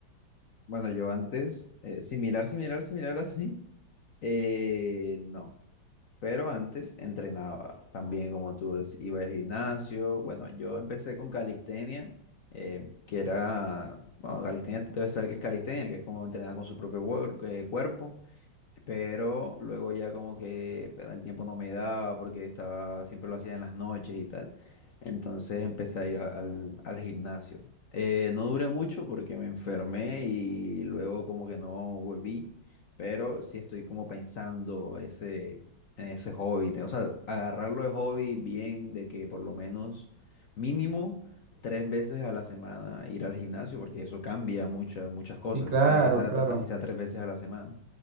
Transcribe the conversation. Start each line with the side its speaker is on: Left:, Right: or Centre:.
Left: Bueno, yo antes, eh, similar, similar, similar así, eh, no. Pero antes entrenaba también, como tú decías, iba al gimnasio. Bueno, yo empecé con calistenia, eh, que era, bueno, calistenia, tú debes saber qué es calistenia, que es como entrenar con su propio cuer- eh, cuerpo pero luego ya como que bueno, el tiempo no me daba porque estaba, siempre lo hacía en las noches y tal. Entonces empecé a ir a- al, al gimnasio. Eh, no duré mucho porque me enfermé y luego como que no volví, pero sí estoy como pensando ese, en ese hobby. te- O sea, agarrarlo de hobby bien, de que por lo menos mínimo tres veces a la semana ir al gimnasio, porque eso cambia muchas, muchas cosas.
Right: Sí, claro,
Left: O sea, así sea,
Right: claro,
Left: así sea tres veces a la semana.